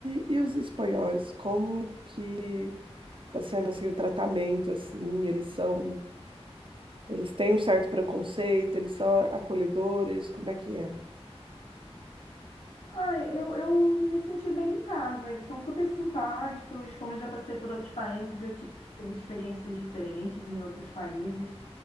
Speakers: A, on the right; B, on the left.
A: e, e os espanhóis? Como que tá sendo assim o tratamento, assim? Eles são, eles têm um certo preconceito, eles são acolhedores, como é que é?
B: Ai, eu, eu me senti bem em casa. Eles são super simpáticos. Como eu já passei por outros países, eu tive experiências diferentes em outros países.